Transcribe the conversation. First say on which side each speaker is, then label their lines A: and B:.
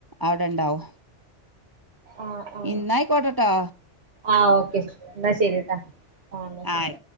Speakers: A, on the right; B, on the right.
A: അവിടെണ്ടാവും
B: ആഹ് ആഹ്
A: ന്നായികോട്ടെട്ടോ
B: ആഹ് ഓക്കെ എന്നാ ശെരിട്ടാ ആഹ് എന്നാ ശെരി
A: ആയി